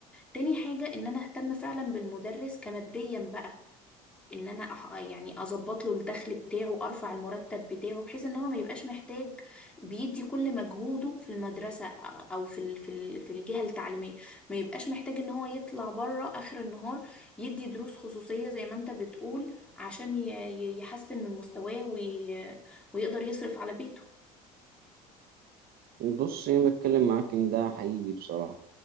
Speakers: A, in the centre; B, on the right.
A: تاني حاجة ان انا اهتم فعلا بالمدرس كماديا بقى ان انا أح... يعني اظبط له الدخل بتاعه ارفع المرتب بتاعه بحيث ان هو ما يبقاش محتاج بيدي كل مجهوده في المدرسة او في ال... في ال... في الجهة التعليمية ما يبقاش محتاج ان هو يطلع بره اخر النهار يدي دروس خصوصية زي ما انت بتقول عشان ي... ي- يحسن من مستواه وي... ويقدر يصرف على بيته
B: بص انا بتكلم معاك ان ده حقيقي بصراحه